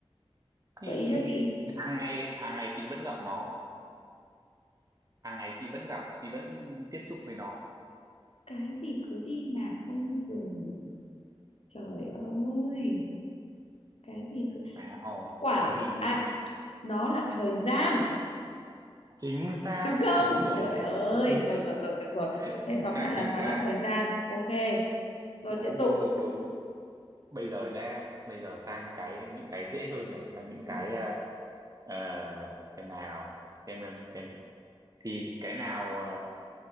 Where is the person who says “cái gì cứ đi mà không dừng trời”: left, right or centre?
Left